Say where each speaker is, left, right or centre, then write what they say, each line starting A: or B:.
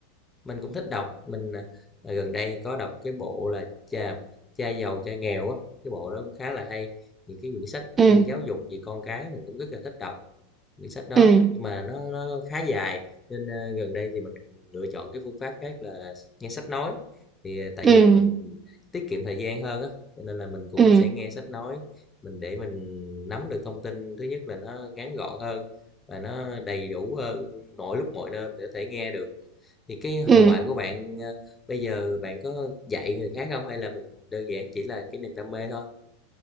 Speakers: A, on the left; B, on the right.
A: Mình cũng thích đọc. Mình à, à, gần đây có đọc cái bộ là cha cha giàu cha nghèo á, cái bộ đó cũng khá là hay. Những cái quyển sách
B: ừ
A: ừ, giáo dục về con cái mình cũng rất là thích đọc. quyển sách đó
B: ừ
A: nhưng mà nó nó khá dài nên ờ, gần đây thì mình lựa chọn cái phương pháp khác là nghe sách nói thì ờ, tại
B: ừ
A: vì mình tiết kiệm thời gian hơn á cho nên là mình cũng
B: ừ
A: sẽ nghe sách nói mình để mình nắm được thông tin thứ nhất là nó ngắn gọn hơn và nó đầy đủ hơn mọi lúc mọi nơi mình có thể nghe được thì cái hậu
B: ừ
A: quả của bạn ờ, bây giờ bạn có dạy người khác không hay là mình đơn giản chỉ là cái niềm đam mê thôi